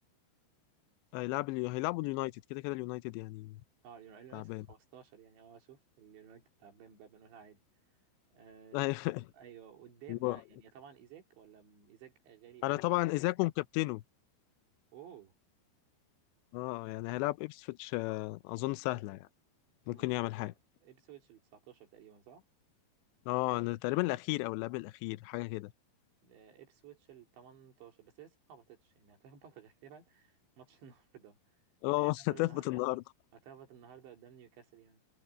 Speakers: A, on the left; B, on the right.
A: هيلعب اليو... هيلعبوا اليونايتد كده كده اليونايتد يعني
B: اه اليون- اليونايتد
A: تعبان
B: 15 يعني اه شوف اليونايتد تعبان بقى بنقولها عادي آه
A: <laughs>
B: ايوه قدام
A: و-
B: بقى يعني طبعا ايزاك ولا م- ايزاك غالي
A: انا
B: قوي
A: طبعا ايزاكم كابتنه
B: اوه
A: اه يعني هيلعب ابسفيتش آه، اظن سهلة يعني ممكن
B: المفروض
A: يعمل حاجة
B: اه ابسويتش ال 19 تقريبا صح؟
A: اه أنا تقريبا الاخير او اللعب الاخير حاجة كده
B: آه، ابسويتش ال 18 بس لسه ما هبطتش يعني هتهبط <laughs> غالبا ماتش النهارده
A: اه
B: يعني هتهبط
A: <laughs> هتهبط
B: النهارده
A: النهارده
B: هتهبط النهارده قدام نيوكاسل يعني